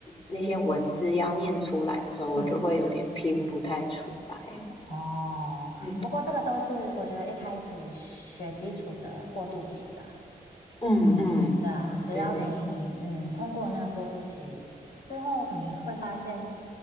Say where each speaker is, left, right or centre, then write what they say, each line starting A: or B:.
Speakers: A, on the left; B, on the left.
A: 那些文字要念出来的时候，
B: 嗯
A: 我就会有点拼不太出来。
B: 哦，
A: 嗯，
B: 不过这个都是我觉得一开始学基础的过渡期啦。
A: 嗯嗯嗯，
B: 对啊，只要你嗯通过那个过渡期之后，
A: 对对，
B: 你会发现，